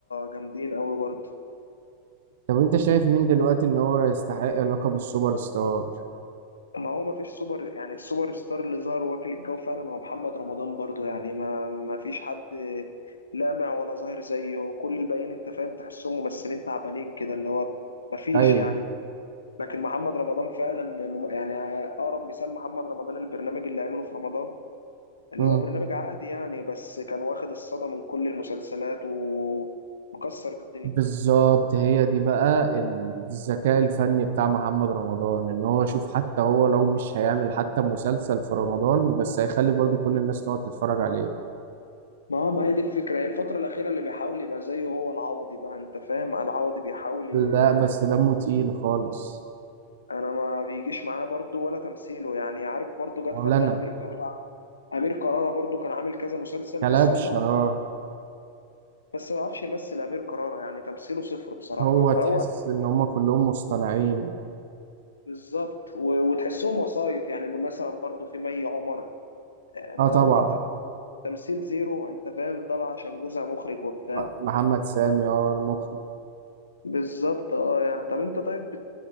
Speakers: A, on the left; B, on the right.
A: جامدين قوي برضه
B: طب انت شايف مين دلوقتي ان هو يستحق لقب السوبر ستار
A: ما هو ما فيش سوبر يعني السوبر ستار اللي ظهر واكل الجو فعلا هو محمد رمضان برضه يعني ما ما فيش حد لامع ولا ظاهر زيه كل الباقيين انت فاهم تحسهم ممثلين تعبانين كده اللي هو ما فيش
B: ايوه
A: يعني لكن محمد رمضان فعلا مم- يعني اقرب مثال محمد رمضان البرنامج اللي عمله في رمضان اللي
B: مم.
A: هو برنامج عادي يعني بس كان واخد الصدى من كل المسلسلات ومكسر الدنيا
B: بالظبط هي دي بقى الذكاء الفني بتاع محمد رمضان ان هو شوف حتى هو لو مش هيعمل حتى مسلسل في رمضان بس هيخلي برضو كل الناس تقعد تتفرج عليه
A: ما هو ما هي دي الفكرة هي الفترة الأخيرة اللي بيحاول يبقى زيه هو العوضي بقى أنت فاهم العوضي بيحاول
B: لا
A: ي...
B: بس دمه تقيل خالص
A: أنا ما بيجيش معاه برضه ولا تمثيله يعني عارف برضه
B: ولا
A: جت فترة
B: انا
A: أمير كرارة أمير كرارة برضه كان عامل كذا مسلسل
B: كلبش
A: بس هو بيعرف
B: اه
A: بس ما بيعرفش يمثل أمير كرارة يعني تمثيله صفر بصراحة
B: هو تحس
A: فهو
B: ان هم كلهم مصطنعين
A: بالظبط و- وتحسهم وسايط يعني مثلا برضو في مي عمر آه، ما
B: اه طبعا
A: ما ت- تمثيل زيرو انت فاهم طالع عشان جوزها مخرج وبتاع
B: م- محمد سامي اه المخرج
A: بالظبط اه يعني طب انت طيب بت...